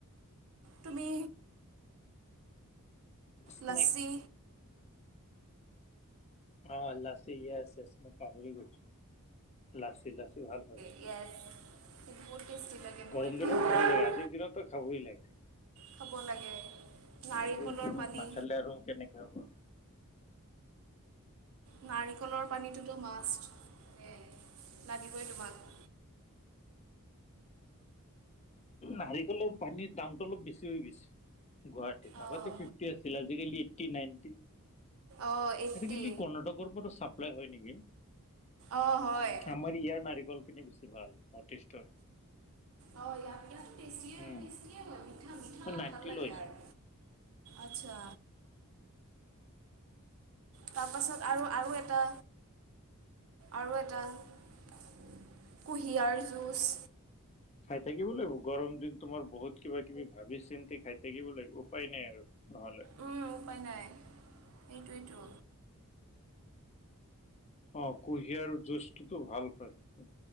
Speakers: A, on the right; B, on the left.
A: তুমি
B: স্নেক
A: লছী।
B: অ লাছী ইয়েছ ইয়েছ আ মই পাহৰি গৈছো লাছী লাছী ভাল হয়।
A: এয়েচ সেইটো বহুত টেষ্টি লাগে মোৰ
B: গৰম
A: এইটো
B: দিনত
A: ফেবেৰেট
B: খাব লাগে
A: হয়।
B: আজিৰ দিনততো খাবই লাগে।
A: খাব লাগে। নাৰিকলৰ
B: আজিৰ দিনত
A: পানী
B: নাখালে আৰু কেনেকে হ'ব।
A: নাৰিকলৰ পানীটোতো মাষ্ট লাগিবই তোমাক।
B: নাৰিকলৰ পানীৰ দামতটো অলপ বেছি হৈ গৈছে গুৱাহাটীত
A: অঁ
B: আগতে ফিফটি আছিলে। আজি কালি এইটি নাইনটি
A: অঁ এইট্টি
B: আজিকালি কৰ্ণাটক কৰ্নাটকৰ পৰা ছাপ্লাই হয় নেকি?
A: অঁ হয়
B: আমাৰ ইয়াৰ নাৰিকল খিনি বেছি ভাল নৰ্থ ইষ্টৰ।
A: অ ইয়াতাত ইয়াতাত টেষ্টিয়ে
B: উম
A: টেষ্টিয়ে হয় মিঠ মিঠা
B: মই নাইনটি
A: ভাল লাগে
B: লৈছো।
A: আৰু। আচ্ছা। তাৰপাছত আৰু আৰু এটা আৰু এটা কুঁহিয়াৰ জুঁচ।
B: খাই থাকিব লাগিব গৰম দিন তোমাৰ বহুত কিবা কিবি ভাবি চিন্তি খাই থাকিব লাগিব উপায় নাই আৰু। নহলে।
A: উম, উপায় নাই সেইটোৱেই তো।
B: অ কুঁহিয়াৰ জুজটোতো ভাল হয়